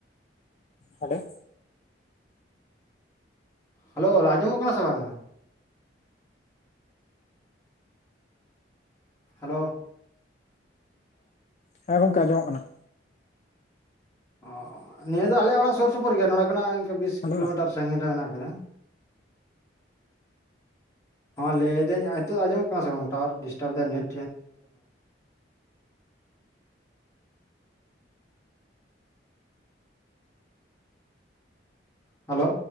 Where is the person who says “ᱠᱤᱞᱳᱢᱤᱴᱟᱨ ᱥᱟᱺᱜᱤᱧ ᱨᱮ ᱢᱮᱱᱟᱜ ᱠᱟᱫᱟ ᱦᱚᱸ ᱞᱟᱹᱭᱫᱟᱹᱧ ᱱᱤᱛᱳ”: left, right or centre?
Left